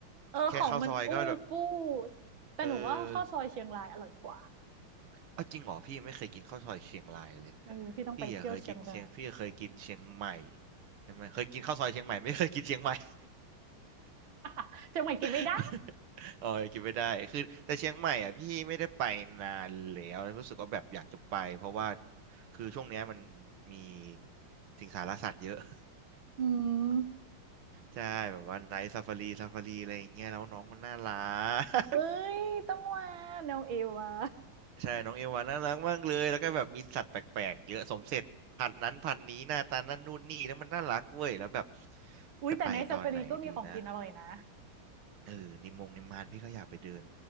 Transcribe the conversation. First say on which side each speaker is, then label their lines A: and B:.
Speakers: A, on the right; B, on the right.
A: เออของมันอู้ฟู่
B: แค่ข้าวซอยก็แบบ
A: แต่หนูว่าข้าวซอยเชียงรายอร่อยกว่า
B: เออ เอาจริงเหรอพี่ไม่เคยกินข้าวซอยเชียงรายเลย
A: เออพี่ต้องไปเที่ยวเชียงราย
B: พี่อะเคยกินเชียงพี่เคยกินเชียงใหม่ใช่ไหมเคยกินข้าวซอยเชียงใหม่ไม่เคยกินเชียงใหม่
A: <laughs> เชียงใหม่กินไม่ได้
B: <laughs> เออกินไม่ได้คือแต่เชียงใหม่อ่ะพี่ไม่ได้ไปนานแล้วรู้สึกว่าแบบอยากจะไปเพราะว่าคือช่วงเนี้ยมันมีสิงสารสัตว์เยอะ <laughs>
A: อืม
B: ใช่แบบว่าไนท์ซาฟารีซาฟารีอะไรอย่างเงี้ยแล้วน้องมันน่ารั
A: เอ้ยต้องมาแนวเอวา
B: ก ใช่น้องเอวาน่ารักมากเลยแล้วก็แบบมีสัตว์แปลกๆเยอะสมเสร็จพันธุ์นั้นพันธุ์นี้หน้าตานั่นนู่นนี่แล้วมันน่ารักเว้ยแล้วแบบ
A: อุ้ยแต่ในซาฟารีก็มีของกินอร่อยนะ
B: จะไปตอนไหนดีนะเออนิมงนิมมานพี่ก็อยากไปเดิน